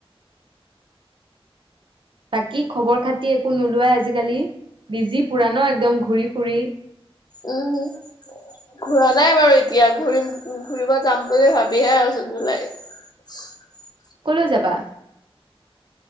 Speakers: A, on the right; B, on the left.
A: বাকী খবৰ খাতি একো নোলোৱাই আজিকালি বিজি পুৰা ন একদম ঘূৰি ফুৰি
B: উম ঘুৰা নাই বাৰু এতিয়া ঘুৰিম ঘুৰিব যাম বুলি ভাবিহে আছো জুলাই <unintelligible>
A: কলৈ যাবা